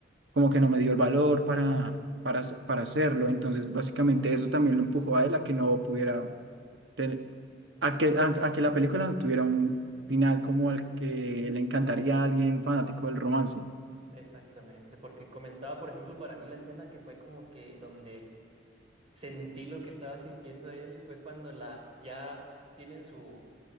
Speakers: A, on the right (about 90°); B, on the right (about 35°).
A: como que no me dio el valor para, para, hace- para hacerlo. Entonces, básicamente eso también lo empujó a él a que no pudiera ten- a que, a, a que la película no tuviera un final como el que le encantaría a alguien fanático del romance.
B: exactamente, porque comentaba, por ejemplo, para mí la escena que fue como que donde sentí lo que estaba sintiendo él fue cuando la ya tienen su,